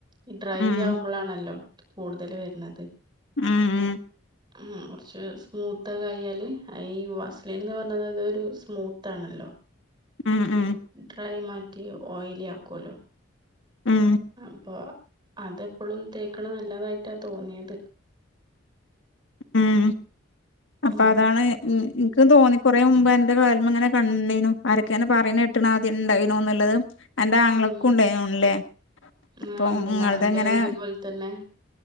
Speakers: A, on the right; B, on the left.
A: ഈ ഡ്രൈ
B: ഉം
A: ആവുമ്പോളാണല്ലോ- കൂടുതല് വരുന്നത്.
B: ആഹാ,
A: ഉ കുറച്ച് സ്മൂത്തൊക്കെ- ആയാല് ഈ വാസ്ലീൻന്ന്- പറഞ്ഞത് അതൊരു സ്മൂത്താണല്ലോ.
B: ഉം, ഉം,
A: ഡ്രൈ മാറ്റി ഓയിലി ആക്കുവല്ലോ
B: ഉം
A: അപ്പോ - അതെപ്പോളും തേക്കണത്- നല്ലതായിട്ടാ തോന്നിയത്.
B: ഉം അപ്പോ
A: ഉം
B: അതാണ്. എനിക്ക് തോന്നി കൊറേ മുമ്പ്- എന്റെ കാല്മ്മ അങ്ങനെ- കണ്ടീനു ആരൊക്കെങ്ങന- പറയെണകെട്ടീനു. ഇണ്ടായിനോന്നുള്ളത്. എന്റെ ആങ്ങളക്കും-
A: ഉം
B: ഉണ്ടായിനുതൊന്നണല്ലേ? അപ്പോ
A: ആ ഉണ്ട്
B: നിങ്ങളതങ്ങനെ-
A: ഞാൻ എന്റെ ഇതുപോലെ തന്നെ,